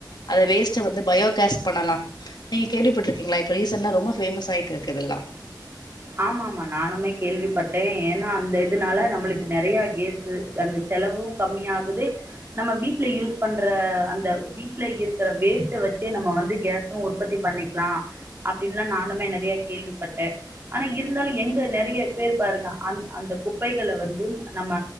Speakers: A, on the left (about 65°); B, on the right (about 30°).
A: அத வேஸ்ட் வந்து பயோகேஸ் பண்ணலா நீங்க கேள்விப்பட்ருக்கீங்ளா இப்ப ரீசண்ட ரொம்ப ஃபேமஸாயிட் இர்க்குதுல்லா
B: ஆம்மா ஆம்மா நானுமே கேள்விப்பட்டே ஏன்னா அந்த இததுனால நம்மளுக்கு நெறைய கேசு அந்த செலவூ கம்மியாகுது நம்ம வீட்ல யூஸ் பண்ற அந்த வீட்ல இருக்கற வேஸ்ட்ட வச்சே நம்ம வந்து கேசும் உற்பத்தி பண்ணிக் லா அப்டின்லா நானுமே நெறைய கேள்விப்பட்டே அன இருந்தாலு எங்க நெறைய பேரு பாருங்க அந் அந்த குப்பைகள வந்து நம்ம